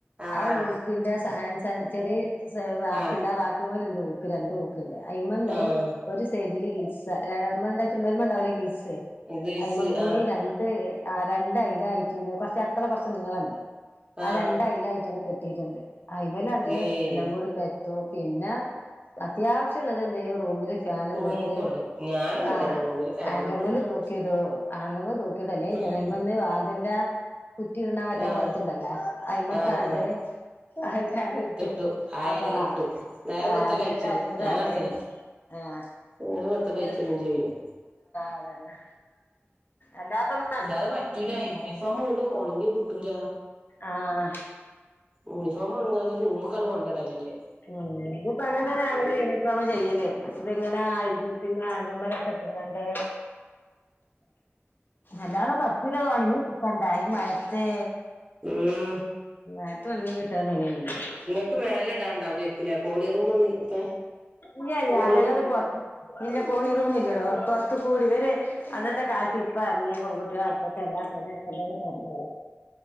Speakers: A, on the right; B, on the left.
A: ആഹ്
B: ആ ഊക്കിന്റെ സൺ ഷൈൻ ചെറിയ സ് റാക്കിന്റ്
A: ആഹ്
B: ആറക്കിൻ്റെ ഇത് പോലെണ്ട് ഹൂക്ക് രണ്ട് ഹൂക്ക്ണ്ട് അയിമെന്ന്
A: ആഹ്
B: ഒരു സൈഡില് ഗിൽസ നമ്മൾടെ ചുമര്ന്മേണ്ടാവൂലെ ഗിൽസ്
A: ഗിൽസ്
B: ആയിമകൂടി
A: ആഹ്
B: രണ്ടു തെയ് ആ രണ്ടയ്ല്ലറ്റുണ്ട് കൊറച്ച് അടുക്കള നീളംഉണ്ട് ആ
A: ആഹ്
B: രണ്ടയയില്ലാട്ടു കെട്ടീയിട്ടുണ്ട് അയമേലത്
A: ഏഹ്
B: എല്ലാം കൂടെ പെ പിന്ന അത്യാവശ്യമുള്ളത് എന്തേലും റൂമില് ഫാനുള്ളടിത്ത്
A: റൂമ്ക്ക് കൊണ്ടോവും ഞാനും അങ്ങൻതന്നെ
B: ആഹ്
A: റൂമില് ഫാനിന്റെ
B: ഹാങ്കർ
A: ചോട്ടിലൊണ്ടോയിടും
B: മേൽ തൂക്കിടു ആണിമേൽ തൂക്കി ത് ല്ലേ
A: ഉം
B: ജനൽമന്ന് വാതിന്റെ കുറ്റി ഇടുന്ന മറ്റാ
A: ആഹ്
B: കൊളുതുണ്ടല്ലോ അയി്മക്കാണ്ട്
A: ആഹ് ആഹ്
B: തൽകാലം ഇട്ടു
A: കെട്ടു അയല്
B: അപ്പൊ
A: കെട്ടു
B: ആഹ്
A: നേരം
B: ആഹ്
A: വെളുത്ത
B: അന്നട്ടയിമലാണ്ടേ
A: കഴിച്ചിടും ഞാനും അങ്ങൻതന്നെ
B: ആഹാ
A: നേരം വെളുത്ത
B: ന്ന
A: കഴിച്ചിടും
B: രെ
A: ചെയ്യും
B: അതന്നെ അല്ലാപൊരു
A: ഇല്ലാതെ പറ്റൂല യൂണിഫോമ് ഇടൂ ഒണങ്ങി കിട്ടൂല
B: ആഹ്
A: യൂണിഫോ മൊണങ്ങാഞിട്ട് റൂമ്കണ്ട് കൊണ്ട് ഇടലല്ലേ.
B: ഉും ഇജ്ഞിപ്പ അങ്ങനെ തന്നേ ഞങ്ങള് യൂണിഫോം ചെയ്യല്ല് ഇത്ങ്ങനെ ആങ്ങന്മാലോക്കെ അലാണ്ട് അല്ലാതെ പത്ത്കിലോവേണെങ്കി കൊണ്ടായി മയത്ത്
A: <inaudible>
B: നേരത്തെ ഒണങ്ങി കിട്ടാൻ <unintelligible>
A: നിക്ക് മേലെ ഇടാണ്ട് അവിടെ ഇ രിക്കുലേ കോണി റൂം ഒന്നും ഇരിപ്പെ
B: ഇല്ലല്ല
A: കോണി
B: അല്ലേലും പുറത്ത് കോണി റൂം ഇല്ലടോ പൊറ തുകൂടി വരെ അന്നത്തെ കാല്ത്ത് ഇപ്പ യറ്ങ്ങിയ പൊങ്കുട്ടിയണ്. പ്പ ക്കെഎല്ലാം പെണ്ണ് കെട്ടണ്ട ന്ന് പറിണകലാണ്.